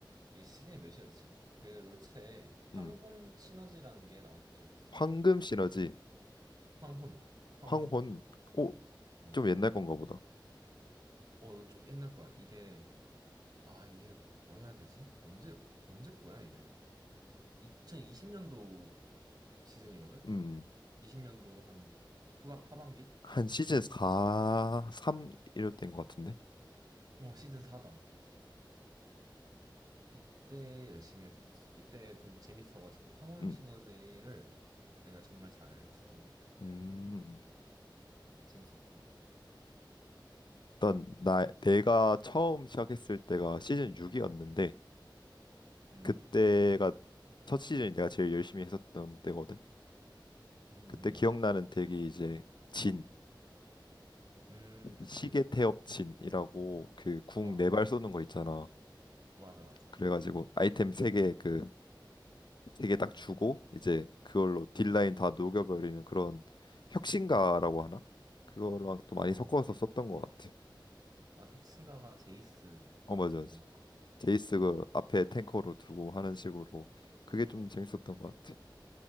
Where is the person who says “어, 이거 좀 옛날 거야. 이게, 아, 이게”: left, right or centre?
Right